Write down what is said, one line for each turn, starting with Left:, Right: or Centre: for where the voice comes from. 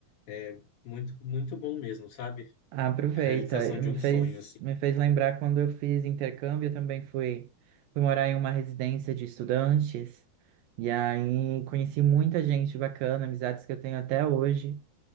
Left: é muito, muito bom mesmo, sabe?
Right: Ah, aproveita.
Left: É a realização de
Right: Me
Left: um
Right: fez,
Left: sonho, assim.
Right: me fez lembrar quando eu fiz intercâmbio, eu também fui, fui morar em uma residência de estudantes. E aí conheci muita gente bacana, amizades que eu tenho até hoje.